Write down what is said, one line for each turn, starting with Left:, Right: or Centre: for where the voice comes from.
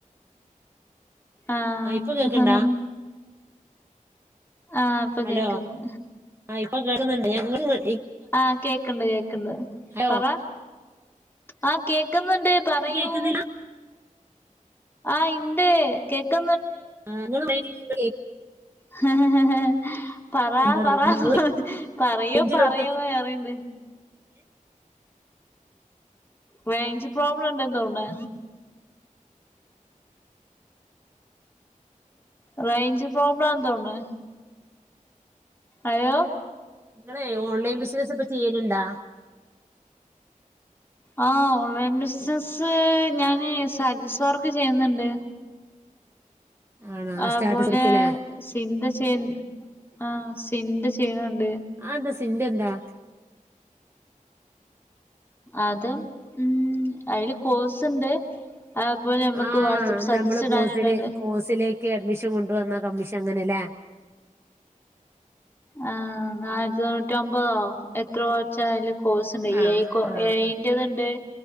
Left: ആഹ്
Right: ഇപ്പൊ കേക്ക്ണ്ടാ
Left: അഹഹ ആഹ് ഇപ്പൊ
Right: ഹലോ
Left: കേക്ക്ന്ന്
Right: ആഹ് ഇപ്പൊ കേക്കുന്നുണ്ട് <unintelligible>
Left: ആഹ് കേക്ക്ണ്ട് കേക്ക്ണ്ട്
Right: ഹലോ
Left: പറ ആഹ് കേക്ക് ക്കുന്നുണ്ട് പറയൂ
Right: ഇപ്പൊ കേൾക്കുന്നില്ല
Left: ആഹ് ഇണ്ട് കേക്ക്
Right: ആ <unintelligible>
Left: ഹ് ഹ് ഹ് ഹാ പറ
Right: എന്താ
Left: പറ
Right: നിങ്ങള്
Left: പറയോ
Right: റേഞ്ചില്ലോട്ത്തല്ലേ
Left: പറയോന്ന് വേറേണ്ട്
Right: <inaudible>
Left: റേഞ്ച് പ്രോബ്ലം ഇണ്ടന്തോണ് റേഞ്ച് പ്രോബ്ലനന്തോന്നുന്ന അയ്യോ
Right: ങ്ങളെ ഓൺലൈൻ ബിസിനസ് ഇപ്പ ചെയ്യല്ണ്ടാ
Left: ആഹ് ഓൺലൈൻ ബിസിനസ്സ് ഞാന് സ്റ്റാറ്റസ് വർക്ക് ചെയ്യുന്നുണ്ട്
Right: ആണോ
Left: ആ
Right: സ്റ്റാറ്റസ്
Left: പോലെ
Right: വർക്ക്ല്ലേ
Left: സിന്ത ചെയ് ആ സിന്ത ചെയ്യ്ണ്ണ്ണ്ട്
Right: ആ ന്താ സിന്ത എന്താ
Left: അത് ഉം അയില് കോഴ്സ്ണ്ട് അത് പോലെ ഞമ്മക്ക്
Right: ആഹ്
Left: വാട്സ്ആപ്പ് സ്റ്റ്റ്റാസ്
Right: നമ്മള്
Left: ഇടാന്ണ്ട്
Right: കോഴ്സില് കോഴ്സിലേക്ക് അഡ്മിഷൻ കൊണ്ട് വന്ന കമ്മിഷൻ അങ്ങനെലേ
Left: ആ നാന്നുറ്റി തൊണ്ണൂറ്റിമ്പതോ എത്ര ഓച്ചാലും കോഴ്സ്ണ്ട് എ
Right: ആഹ്
Left: ഐ കൊ
Right: ആഹ്
Left: എ ഐ ന്റേത്ണ്ട്